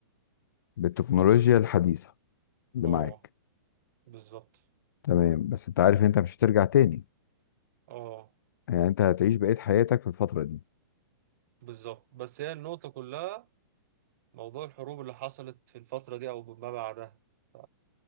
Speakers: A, on the left; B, on the right.
A: بالتكنولوجيا الحديثة اللي
B: اه
A: معاك
B: بالظبط
A: تمام بس انت عارف انت مش هترجع تاني
B: اه
A: يعني انت هتعيش بقية حياتك في الفترة دي
B: بالظبط بس هي النقطة كلها موضوع الحروب اللي حصلت في الفترة دي أو ما بعدها ف-